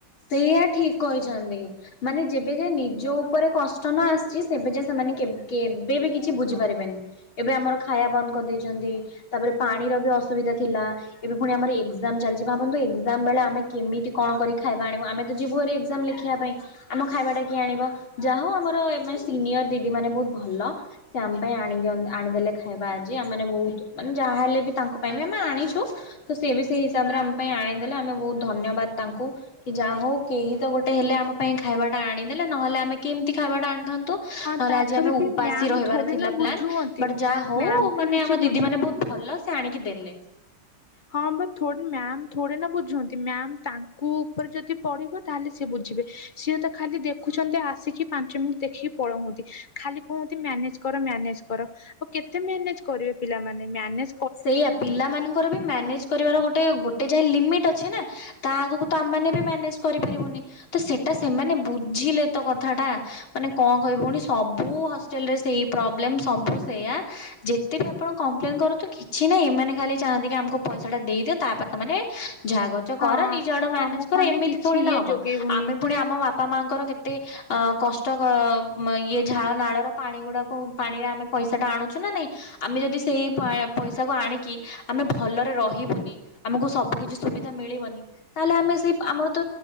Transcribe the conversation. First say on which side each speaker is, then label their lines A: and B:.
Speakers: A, on the left; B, on the left.
A: ସେଇଆ ଠିକ କହିଛନ୍ତି ମାନେ ଯେବେ ଯାଏ ନିଜ ଉପରେ କଷ୍ଟ ନଆସିଚି ଏବେ ଯା ସେମାନେ କ କେବେ ବି କିଛି ବୁଝିପାରିବେନି ଏବେ ଆମର ଖାଇବା ବନ୍ଦ କରିଦେଇଛନ୍ତି ତାପରେ ପାଣିର ବି ଅସୁବିଧା ଥିଲା ଏବେ ପୁଣି ଆମର ଏକ୍ଜାମ ଚାଲିଛି ଭାବନ୍ତୁ ଏକ୍ଜାମ ବେଳେ ଆମେ କେମିତି କଣ କରିକି ଆଣିବୁ ଆମେ ତ ଯିବୁ ହାରି ଏକ୍ଜାମ ଲେଖିବା ପାଇଁ ଆମ ଖାଇବା ଟା କିଏ ଆଣିବ ଯାହା ହଉ ଆମର ସିନିଅର ଦି ଦିଦି ମାନେ ବହୁତ ଭଲ ସେ ଆମ ପାଇଁ ଆଣି ଆଣିଦେଲେ ଖାଇବା ଆଜି ଆମେମାନେ ବହୁତ ମାନେ ଯାହାହଲେ ବି ତାଙ୍କ ପାଇଁ ବି ଆମେ ଆଣିଛୁ ତ ସେ ବି ସେଇ ହିସାବରେ ଆମ ପାଇଁ ଆଣିଦେଲେ ଆମେ ବହୁତ ଧନ୍ୟବାଦ ତାଙ୍କୁ କି ଯାହା ହଉ କେହି ତ ଗୋଟେ ହେଲେ ଆମ ପାଇଁ ଖାଇବା ଟା ଆଣିଦେଲେ ନହେଲେ ଆମେ କେମତି ଖାଇବାଟା ଆଣିଥାନ୍ତୁ ନହେଲେ
B: ହଁ ତାପରେ
A: ଆଜି ଆମେ ଉପାସ
B: ବି ମ୍ୟାମ୍
A: ହି ରହିବାର
B: ଥୋଡି
A: ଥିଲା
B: ନା
A: ପ୍ଲାନ୍
B: ବୁଝୁଅନ୍ତି
A: ବଟ ଯାହା ହଉ
B: ମ୍ୟାମ୍ ତ
A: ମାନେ
B: କିଛି
A: ଆମ
B: ବୁଝୁ
A: ଦିଦି ମାନେ ବହୁତ ଭଲ ସେ ଆଣିକି ଦେଲେ
B: ହଁ ମ ଥୋ ମ୍ୟାମ୍ ଥୋଡି ନା ବୁଝନ୍ତି ମ୍ୟାମ୍ ତାଙ୍କୁ ଉପରେ ଯଦି ପଢିବ ତାହେଲେ ସେ ବୁ ଝିବେ ସିଏତ ଖାଲି ଦେଖୁଛନ୍ତି ଆସିକି ପାଞ୍ଚ ମିନିଟ ଦେଖିକି ପଳଉଛନ୍ତି ଖାଲି କୁହନ୍ତି ମ୍ୟାନେଜ କର ମ୍ୟାନେଜ୍ କର ଆଉ କେତେ ମ୍ୟାନେଜ୍ କରିବେ ପିଲାମାନେ ମ୍ୟାନେଜ୍
A: ସେଇଆ ପିଲାମାନଙ୍କର ବି ମ୍ୟାନେଜ କରିବାର ଗୋଟେ ଗୋଟେ ଯାଏ ଲିମିଟ ଅଛି ଅଛିନା ତା ଆଗକୁ ତ ଆମେ ବି ମ୍ୟାନେଜ କରିପାରିବୁନି ତ ସେ ସେମାନେ ବୁଝିଲେ ତ କଥାଟା ମାନେ କଣ କହିବି ଭଉଣୀସବୁ ହଷ୍ଟେଲ ରେ ସେଇ ପ୍ରୋବ୍ଲେମ। ସବୁ ସେୟା ଯେତେ ବି ଆପଣ କପ୍ଲେନ୍ କରୁନ୍ତୁ କିଛି ନାହିଁ ଏମାନେ ଖାଲି ଚାହାନ୍ତି କି ଆମକୁ ପଇସା ଟା ଦେଇ ତାପରେ ତମେ ଯହା କରୁଚ
B: ହଁ
A: କର ନିଜ ଆଡୁ ମ୍ୟାନେଜ
B: ତମକୁ
A: କର
B: ଆମେ
A: ଏମିତି
B: କିଛି
A: ଥୋଡ଼ି
B: ଇଏ
A: ନା ହବ
B: ଯୋଗେଇବୁନି
A: ଆମେ ପୁଣି ଆମ ବାପା ବା ମାଙ୍କର କେ ଏତେ ଅ କଷ୍ଟ ଇଏ ଝାଳ ନାଳର ପାଣି ଗୁଡାକୁ, ପାଣିରେ ଆମେ ପଇସା ଟା ଆଣୁଛୁ ନା ନାଇଁ, ଆମେ ଯଦି ସେଇ ପଇସାକୁ ଆଣିକି ଆମେ ଭଲରେ ରହିବୁନି, ଆମକୁ ସବୁ କିଛି ସୁବିଧା ମିଳିବନି, ତାହେଲେ ଆମେ ସେ ଆମର ତ,